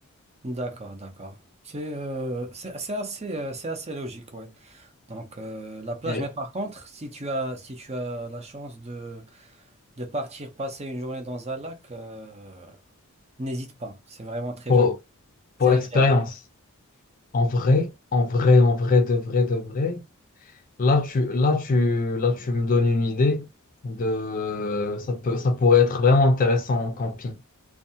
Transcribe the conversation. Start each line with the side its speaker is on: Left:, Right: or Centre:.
Right: D'accord, d'accord. C'est euh, c'est c'est assez euh, c'est assez logique, ouais. Donc euh, la plage,
Left: Et
Right: mais par contre, si tu as si tu as la chance de de partir passer une journée dans un lac, euh, n'hésite pas. C'est vraiment très
Left: Pour,
Right: joli. C'est
Left: pour
Right: agréable.
Left: l'expérience. En vrai, en vrai, en vrai, de vrai, de vrai. Là, tu, là, tu, là, tu me donnes une idée de. Ça peut, ça pourrait être vraiment intéressant en camping.